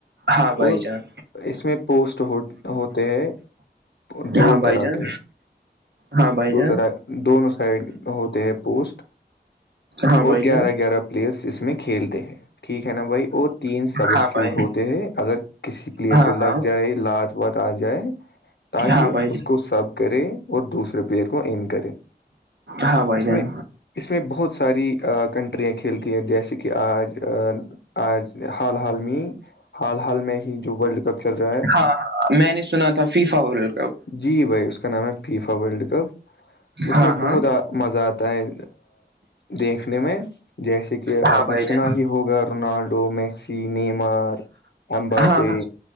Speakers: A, on the right; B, on the left.
A: ہاں بھائی
B: اور
A: جان
B: اس میں پوسٹ ہو ہوتے ہیں دو
A: ہاں بھائی
B: طرح
A: جان
B: کی
A: ہاں بھائی
B: دو
A: جان
B: طرح دونوں سائڈ ہوتے ہیں پوسٹ
A: ہاں
B: اور
A: بھائی
B: گیارہ
A: جان
B: گیارہ پلیئرس اس میں کھیلتے ہیں ٹھیک ہے نا بھائی اور تین سب اسٹیوٹ
A: ہاں بھائی
B: ہوتے ہیں اگر کسی پلیئر
A: ہاں
B: کو لگ
A: ہاں
B: جائے لات وات آ جائے تاکہ
A: ہاں بھائی
B: اس کو سب کرے اور دوسرے پیئر کو انین کرے
A: ہاں بائی
B: اس
A: جین
B: میں اس میں بہت ساری کنٹریاں کھیلتی ہیں جیسے کہ آج آج حال حال میں حال حال میں ہی جو ورلڈ کپ چل رہا ہے
A: ہاں ہاں میں نے سنا تھا فیفا ورلڈ کپ
B: جی بھائی اس کا نام ہے فیفا ورلڈ کپ اس
A: ہاں
B: میں
A: ہاں
B: بہت مزہ آتا ہے دیکھنے میں جیسے دھیک
A: ہاں
B: آپ
A: بھائی
B: نے سنا
A: جان
B: ہی ہوگا رونالڈو میسی نیمار ایمباپے
A: ہاں ہاں